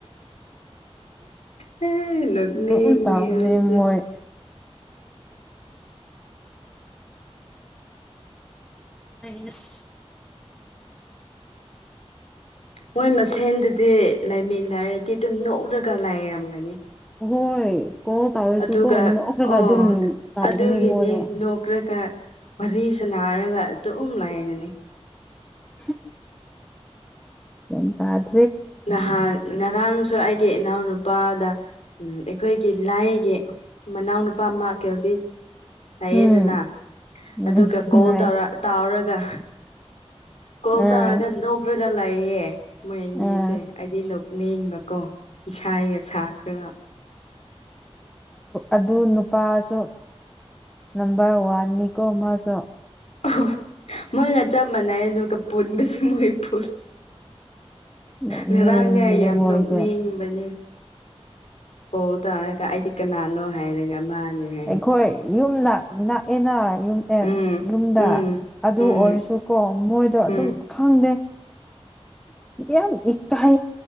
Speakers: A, on the left; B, in the centre.
A: ꯍ ꯂꯒꯅꯦꯁ
B: ꯑꯗꯨꯝ ꯇꯧꯕꯅꯦ ꯃꯣꯏ ꯃꯥꯏꯅꯁ
A: ꯃꯣꯏ ꯃꯁꯦꯟꯗꯗꯤ ꯂꯩꯃꯤꯟꯅꯟꯅꯔꯦꯗꯤ ꯑꯗꯨꯝ ꯅꯣꯛꯔꯒ ꯂꯥꯏꯔꯝꯒꯅꯤ
B: ꯍꯣꯏ ꯀꯣꯜ ꯇꯧꯔꯁꯨꯀꯣ
A: ꯑꯗꯨꯒ
B: ꯅꯣꯛꯔꯒ
A: ꯑꯣ
B: ꯑꯗꯨꯝ ꯇꯧꯕꯅꯦ
A: ꯑꯗꯨꯒꯤꯅꯦ
B: ꯃꯣꯏꯗꯣ
A: ꯅꯣꯛꯒ꯭ꯔꯒ ꯋꯥꯔꯤ ꯁꯅ ꯍꯥꯏꯔꯒ ꯑꯗꯨ ꯎꯝ ꯂꯥꯏꯒꯅꯤ
B: ꯍ ꯑꯦ
A: ꯅꯍꯥꯟ ꯉꯔꯥꯡꯁꯨ ꯑꯩꯒꯤ ꯃꯅꯥꯎ ꯅꯨꯄꯥꯗ ꯎ ꯑꯩꯈꯣꯏꯒꯤ ꯂꯥꯏꯒꯤ ꯃꯅꯥꯎꯅꯨꯄꯥ ꯑꯃ ꯀꯩꯕꯤ ꯍꯥꯏꯌꯦꯗꯅ
B: ꯎꯝ ꯎꯝ
A: ꯑꯗꯨꯒ ꯀꯣꯜ
B: ꯂꯩ
A: ꯇꯧꯔ ꯇꯥꯎꯔꯒ ꯀꯣꯜ
B: ꯑꯥ
A: ꯇꯧꯔꯒ ꯅꯧꯈ꯭ꯔꯒ ꯂꯥꯛꯌꯦꯦ ꯃꯣꯏ ꯑꯅꯤꯁ
B: ꯑꯥ
A: ꯍꯥꯏꯗꯤ ꯂꯣꯛꯅ ꯏꯤꯡꯕꯀꯣ ꯏꯁꯥꯒ ꯁꯥꯈ꯭ꯔꯒ
B: ꯑꯗꯨ ꯅꯨꯄꯥꯁꯨ ꯅꯝꯕꯝꯕꯔ ꯋꯥꯟ ꯅꯅꯤꯀꯣ ꯃꯥꯁꯨꯣ
A: ꯑ ꯃꯣꯏꯒ ꯆꯞ ꯃꯥꯟꯅꯩ ꯑꯗꯨꯒ ꯄꯨꯟꯕꯁꯦ ꯃꯣꯏ ꯄꯨꯜꯂꯤ
B: ꯅꯣꯛꯅꯤꯡꯕꯅꯦ
A: ꯉꯔꯥꯡꯅꯦ ꯑꯩ ꯌꯥꯝ
B: ꯃꯣꯏꯁꯦ
A: ꯅ ꯅꯤꯡꯕꯅꯦ ꯍꯣ ꯇꯅꯒ ꯑꯩꯗꯤ ꯀꯅꯥꯅꯣ ꯍꯥꯏꯔꯒ ꯃꯥꯅꯦ ꯍꯥꯏ
B: ꯑꯩꯈꯣꯏ ꯌꯨꯝ ꯅꯛꯑꯦꯅꯨꯝ
A: ꯎꯝ
B: ꯌꯨꯝꯗ
A: ꯎꯝ
B: ꯑꯗꯨ
A: ꯎꯝ
B: ꯑꯣꯏꯔꯁꯨꯀꯣ ꯃꯣꯏꯗꯣ ꯑꯗꯨꯝ
A: ꯎꯝ
B: ꯈꯪꯗꯦ ꯌꯦ ꯏꯇ ꯍ